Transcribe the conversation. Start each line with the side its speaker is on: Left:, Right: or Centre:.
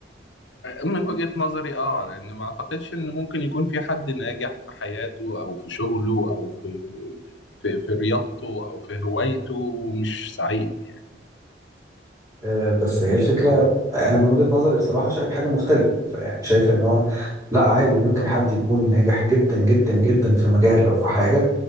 Left: من وجهة نظري آه لأن ما أعتقدش إن ممكن يكون في حد ناجح في حياته أو في شغله أو في في, في رياضته أو في هوايته ومش سعيد يعني.
Right: آه، بس هي الفكرة انا من وجهة نظري بصراحة شايف حاجة مختلفة يعني شايف ان هو لا عادي ممكن حد يكون ناجح جدا جدا جدا في مجال او في حاجة